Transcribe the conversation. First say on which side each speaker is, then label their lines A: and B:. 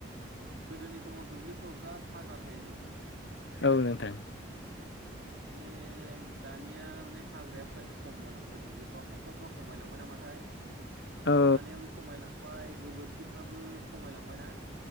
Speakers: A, on the right (about 65°); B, on the left (about 65°).
A: गोदोनि समाव दुब्लिफ्राव बिराद हाग्रा थायोमोन।
B: औ नोंथां।
A: माने दानिया माने हाग्राया फ्राय खम जालांबाय दुब्लिफ्राव, हासारफ्रा खमायलांबाय नामाथाय? मोसौ
B: औ
A: लानायाबो खमायलांबाय गोबोरखिफ्राबो खमायलांबायना।